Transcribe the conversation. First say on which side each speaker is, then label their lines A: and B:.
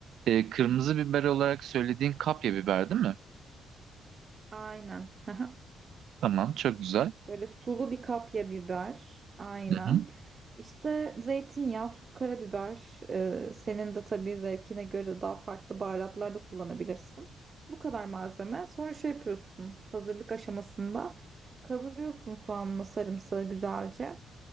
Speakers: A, on the right (about 70°); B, on the right (about 35°).
A: E, kırmızı biber olarak söylediğin kapya biber değil mi?
B: Aynen. <laughs>
A: Tamam, çok güzel.
B: Böyle sulu bir kapya biber. Aynen.
A: Hı hı.
B: İşte zeytinyağı, tuz, karabiber. Ee, senin de tabii zevkine göre daha farklı baharatlar da kullanabilirsin. Bu kadar malzeme. Sonra şey yapıyorsun. Hazırlık aşamasında kavuruyorsun soğanla sarımsağı güzelce.